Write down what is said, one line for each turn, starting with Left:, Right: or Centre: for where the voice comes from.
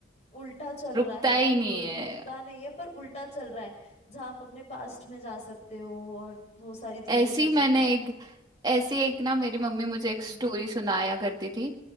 Left: उल्टा चल
Right: रुकता
Left: रहा है
Right: ही
Left: बिल्कुल
Right: नहीं है
Left: रुकता नहीं है पर उल्टा चल रहा है जहाँ आप अपने पास्ट में जा सकते हो और वो सारी चीजें
Right: ऐसी
Left: कर सकते
Right: मैंने
Left: हो
Right: एक ऐसी एक ना मेरी मम्मी
Left: हम्म
Right: मुझे
Left: हम्म
Right: एक स्टोरी सुनाया करती थी